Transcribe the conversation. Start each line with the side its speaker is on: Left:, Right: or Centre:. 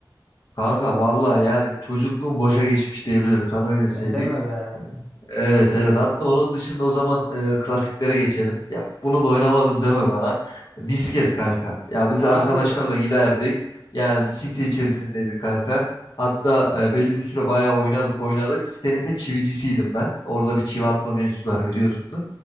Left: Kanka vallahi yani çocukluğum boşa geçmiş diyebilirim. Sana öyle söyleyeyim.
Centre: Ya deme be.
Left: E, Evet evet. Hatta onun dışında o zaman e, klasiklere geçelim. Ya bunu da oynamadım deme bana. Misket kanka. Ya biz
Centre: Abi
Left: arkadaşlarla giderdik. Yani bir site içerisindeydik kanka. Hatta e, belli bir süre bayağı oynadık oynadık. Sitenin de çivicisiydim ben. Orada bir çivi atma mevzusu var biliyorsundur.